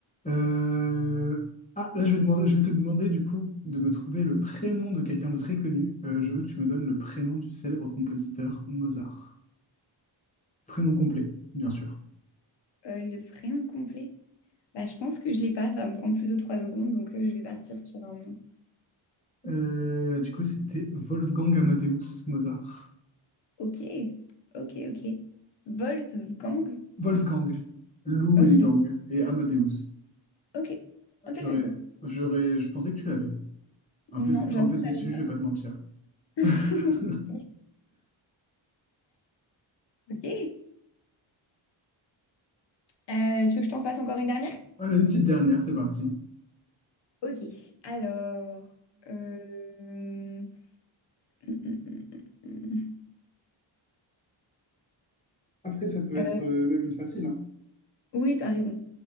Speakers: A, on the left; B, on the left.
A: Euh, Ah, là, je vais demander, je vais te demander, du coup, de me trouver le prénom de quelqu'un de très connu. Euh, je veux que tu me donnes le prénom du célèbre compositeur Mozart. Prénom complet, bien sûr.
B: Euh, le prénom complet? Bah, je pense que je l'ai pas. Ça va me prendre plus de trois secondes. Donc, euh, je vais partir sur un nom.
A: Euh, du coup, c'était Wolfgang Amadeus Mozart.
B: Ok. Ok, ok. Wolfgang?
A: Wolfgang, Lou
B: Ok.
A: et Gang, et Amadeus.
B: Ok, intéressant.
A: J'aurais, j'aurais, je pensais que tu l'avais. Un
B: Non,
A: peu, dé- un
B: j'avoue
A: peu
B: que
A: déçu,
B: je l'avais
A: je vais
B: pas.
A: pas te mentir.
B: <laughs>
A: <laughs>
B: Ok. Euh, tu veux que je t'en fasse encore une dernière?
A: Allez, une petite dernière, c'est parti.
B: Ok, alors... euh, hum, hum, hum, hum.
A: Après, ça peut être
B: Euh,
A: euh, même une facile. hein.
B: Oui, t'as raison.